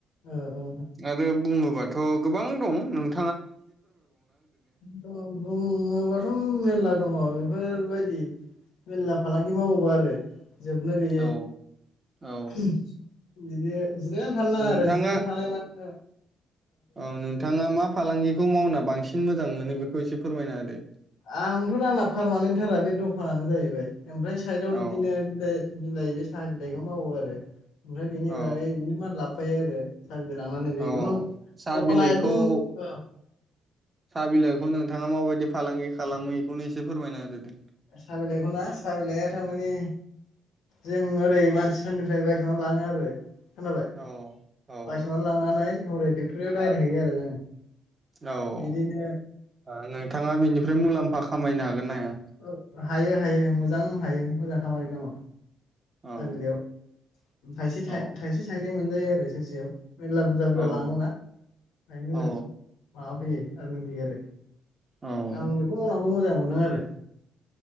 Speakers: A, on the left; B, on the right.
A: अ अ
B: आरो बुङोबाथ' गोबां दं नों
A: बुङोबाथ' मेर्ला दङ बे बेफोरबायदि मेरला फालांगि मावोबा आरो जोबनो गैयै
B: औ औ
A: बिदि जिरायनो थानो नाङा
B: नोंथाङा
A: आरो जिरायनो थानाय माने
B: औ नोंथाङा मा फालांगिखौ मावना बांसिन मोजां मोनो बेखौ एसे फोरमायना होदो
A: आंथ' दा आंना पारमानेन्टथारा बे दखानानो जाहैबाय ओमफ्राय साइदआव
B: औ
A: बिदिनो बिलाइ बिलाइ बे साहा बिलाइखौ मावो आरो ओमफ्राय बेनि
B: औ
A: बागै बिनो मान लाबफायो आरो सा बिल्इ लांनानै बेखौ
B: औ
A: नों
B: साहा
A: दखाना
B: बिलाइखौ
A: एकदम ओ
B: साहा बिलाइखौ नोंथाङा माबायदि फालांगि खालामो इखौनो एसे फोरमायना होदो
A: साहा बिलाइखौ ना साहा बिलाइआ थारमाने जों ओरै मानसिफोरनिफ्राय बायस'नानै लाङो आरो खोनाबाय,
B: औ औ
A: बायसननानै लांनानै हरै फेक्ट'रियाव डाइरेक्ट हैयो आरो जोङो
B: औ ओ
A: बिदिनो
B: नोंथाङा बेनिफ्राय मुलाम्फा खामायनो हागोन ना हाया?
A: औ हायो हायो मोजां हायो मोजां खामानि दङ।
B: औ
A: साबिलाइयाव थाइसे
B: औ
A: थाइसे थाइनै मोनजायो आरो सेरसेयाव मेल्ला बुरजा बुरजा
B: औ
A: लाङोना ओमफ्राय मोजां
B: औ
A: माबा फैयो आरनिं फैयो आरो
B: औ
A: आं बेखौ मावनानैबो मोजां मोनदों आरो